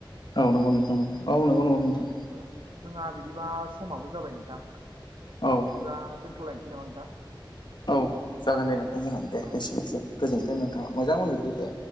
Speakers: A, on the left (about 60°); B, on the right (about 70°).
A: औ नांगौ नोंथां ङ नांगौ नोंथां
B: औ जोंहा बिदिबा समाबो जाबाय नोंथां बिदिबा
A: औ
B: दोन्थ'लायनोसै नामा नोंथां
A: औ जागोन दे
B: औ
A: नोंथां जागोन दे
B: औ
A: एसेनोसै गोजोनथों नोंथाङा मोजां उन्दुदो दे